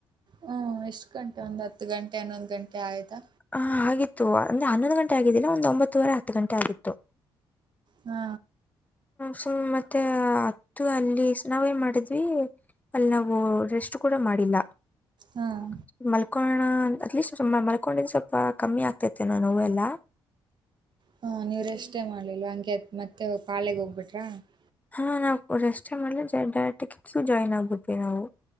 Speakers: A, on the right (about 50°); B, on the left (about 15°).
A: ಹ್ಮ್ ಎಷ್ಟ್ ಗಂಟೆ ಒಂದ್ ಹತ್ತು ಗಂಟೆ ಹನ್ನೊಂದು ಗಂಟೆ ಆಯಿತಾ
B: ಹ ಆಗಿತ್ತು ಅಂದ್ರೆ ಹನ್ನೊಂದು ಗಂಟೆ ಆಗಿದ್ದಿಲ್ಲ ಒಂದ ಒಂಬತ್ತುವರೆ ಹತ್ತು ಗಂಟೆ ಆಗಿತ್ತು
A: ಹ್ಮ
B: ಸು್ ಮತ್ತೆ ಅತ್ತು ಅಲ್ಲಿ ನಾವೇನ್ ಮಾಡಿದ್ವಿ ಅಲ್ಲಿ ನಾವು ರೆಸ್ಟ್ ಕೂಡ ಮಾಡಿಲ್ಲ
A: ಹಾಂ
B: <unintelligible> ಮಲ್ಕಣ್ಣ ಅಲಿ <unintelligible> ಸ <inaudible> ಮಕೊಂಡಿದ್ ಸ್ವಲ್ಪ ಕಮ್ಮಿ ಆಗ್ತೈತೆ ನ ನೋವ ಎಲ್ಲ
A: ಹಾ ನೀವ್ಷ್ಟೇ ಮಾಡ್ಲಿಲ್ಲವಾ ಅಂತ್ ಮತ್ತೆ <unintelligible> ಮಾಗ ಪಾಲೆಗೆ ಹೋಗ್ಬಿಟ್ರಾ <unintelligible>
B: ಹಾ ನಾವು ರೆಸ್ಟೇ ಮಾಡ್ಲಿ ಡೈರೆಕ್ಟಜಾಯ್ನ್ ಆಗ್ಬೀಟ <unintelligible> ನಾವು